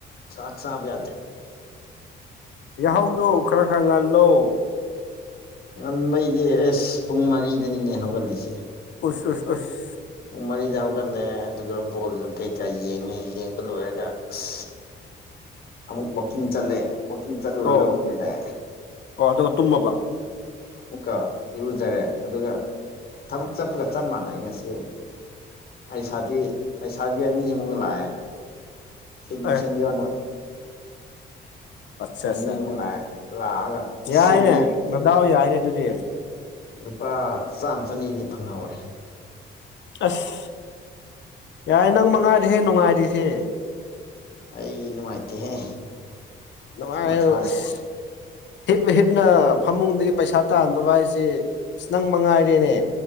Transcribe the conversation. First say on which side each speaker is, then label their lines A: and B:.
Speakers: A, on the left; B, on the left.
A: ꯆꯥꯛ ꯆꯥꯕ ꯌꯥꯗꯦ
B: ꯌꯥꯍꯧꯗꯣ ꯈꯔ ꯈꯔ ꯉꯜꯂꯣ
A: ꯉꯟꯕꯩꯗꯤ ꯑꯦꯁ ꯄꯨꯡ ꯃꯔꯤꯗꯅꯤꯅꯦ ꯍꯧꯒꯠꯂꯤꯁꯦ
B: ꯎꯁ ꯑꯁ ꯑꯁ
A: ꯃꯔꯤꯗ ꯍꯧꯒꯠꯂꯦ ꯑꯗꯨꯒ ꯕꯣꯜ ꯀꯩꯀꯥ ꯌꯦꯡꯉꯦ ꯌꯦꯡꯕ ꯂꯣꯏꯔꯒ ꯑꯁ ꯑꯃꯨꯛ ꯋꯥꯛꯀꯤꯡ ꯆꯠꯂꯦ ꯋꯥꯛꯀꯤꯡ ꯆꯠꯂꯨꯔꯒ
B: ꯑꯣ
A: ꯑꯃꯨꯛ ꯍꯂꯛꯑꯦ
B: ꯑꯣ ꯑꯗꯨꯒ ꯇꯨꯝꯃꯕ
A: ꯑꯃꯨꯛꯀ ꯏꯔꯨꯖꯔꯦ ꯑꯗꯨꯒ ꯊꯕꯛ ꯆꯠꯄꯒ ꯆꯞ ꯃꯥꯟꯅꯩ ꯉꯁꯤ ꯑꯩ ꯄꯩꯁꯥꯕꯤ ꯂꯩꯁꯥꯕꯤ ꯑꯅꯤꯃꯨꯛ ꯂꯥꯛꯑꯦ ꯁꯤꯟ
B: ꯑꯦ
A: ꯁꯦꯝꯕꯤꯌꯣꯅ
B: ꯑꯆꯥ
A: ꯑꯅꯤꯃꯨꯛ
B: ꯆꯥ
A: ꯂꯥꯛꯑꯦ ꯂꯥꯛꯑꯒ
B: ꯌꯥꯏꯅꯦ
A: ꯁꯦꯝꯕꯤꯈ꯭ꯔꯦ
B: ꯅꯗꯥꯎ ꯌꯥꯏꯅꯦ ꯑꯗꯨꯗꯤ
A: ꯂꯨꯄꯥ ꯆꯥꯝ ꯆꯅꯤꯗꯤ ꯐꯪꯍꯧꯋꯦ
B: ꯑꯁ ꯌꯥꯏ ꯅꯪꯃ ꯉꯥꯏꯔꯦ ꯍꯦ ꯅꯨꯡꯉꯥꯏꯔꯤꯁꯦ
A: ꯑꯩ ꯅꯨꯡꯉꯥꯏꯇꯦꯍꯦ
B: ꯅꯨꯡꯉꯥꯏꯕ
A: ꯃꯊꯥ
B: ꯏꯁ
A: ꯁꯥꯏ
B: ꯍꯤꯞꯅ ꯍꯤꯞꯅ ꯐꯃꯨꯡꯗꯒꯤ ꯄꯩꯁꯥ ꯇꯥꯟꯕꯕꯥ ꯍꯥꯏꯁꯦ ꯑꯁ ꯅꯪ ꯃꯉꯥꯏꯔꯦꯅꯦ